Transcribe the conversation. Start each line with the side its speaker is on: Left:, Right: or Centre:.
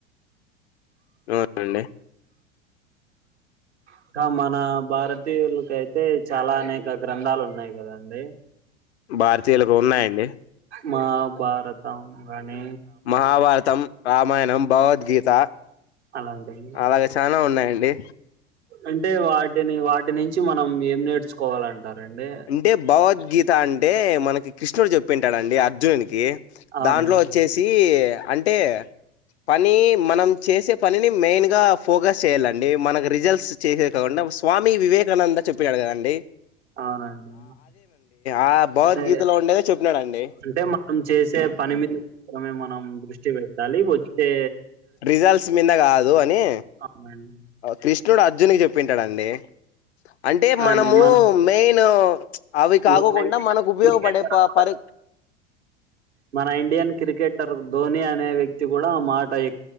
Left: అవునండి
Right: ఇంకా మన భారతీయుల్ కైతే అయితే చాలానే అనేక గ్రంథాలు ఉన్నాయి కదండి?
Left: భారతీయులకు ఉన్నాయండి
Right: మాభారతం గానీ
Left: మహాభారతం, రామాయణం, భగవద్గీత
Right: అలాంటివి
Left: అలాగ చానా ఉన్నాయండి
Right: అంటే వాటిని వాటి నుంచి మనం ఏం నేర్చుకోవాలంటారండి?
Left: అంటే భగవద్గీత అంటే మనకి కృష్ణుడు చెప్పింటాడుండి అర్జుణునికి
Right: అవునండి
Left: దాంట్లో వచ్చేసి ఈ అంటే పని మనం చేసే పనిని మెయిన్గా ఫోకస్ చేయాలండి మనకి రిజల్ట్స్ చేసేది కాకుండా స్వామి వివేకానంద చెప్పే కదండడి
Right: ఆండీ
Left: ఆ భగవద్గీతలో
Right: అంటే
Left: ఉండేదే చెప్పినాడండి
Right: అంటే మా నం చేసే పని మీద మాత్రమే మనం దృష్టి పెట్టాలి వాతే
Left: రిజల్ట్స్ మీద కాదు అని
Right: అవునండి
Left: కృష్ణుడు అర్జున్కి చెప్పింటాడుండి అంటే మనము
Right: అండి మన
Left: మెయిన్ అవి కాకోకుండా
Right: మన ఇండియన్
Left: మనకు ఉపయోగపడే
Right: క్రికెటర్ కూడా
Left: పరి
Right: మన ఇండియన్ క్రికెటర్ ధోని అనే వ్యక్తి కూడా మాట ఎ